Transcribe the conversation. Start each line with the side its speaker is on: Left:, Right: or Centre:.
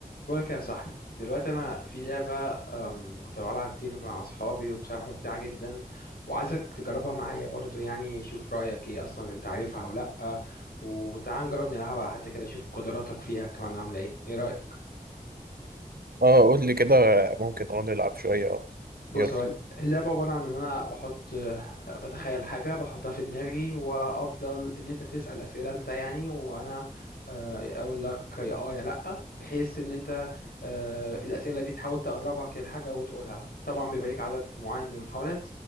Left: بقولك يا صاحبي دلوقتي انا في لعبه أم، كنت بلعبها كتير مع اصحابي وبصراحه ممتعه جدا وعايزك تجربها معايا برضو يعني شوف رايك ايه اصلا انت عارفها او لا وتعال نجرب نلعبها حتى كده شوف قدراتك فيها كمان عامله ايه ايه رايك
Right: اه قول لي كده ممكن اه نلعب شوية اه
Left: بص
Right: يلا
Left: هو اللعبة عبارة عن إن أنا بحط بتخيل حاجة بحطها في دماغي وأفضل إن أنت تسأل أسئلة أنت يعني وأنا آه، أقول لك يا آه يا لأ بحيث إن أنت آه، الأسئلة دي تحاول تقربك للحاجة وتقولها طبعا بيبقى ليك عدد معين من المحاولات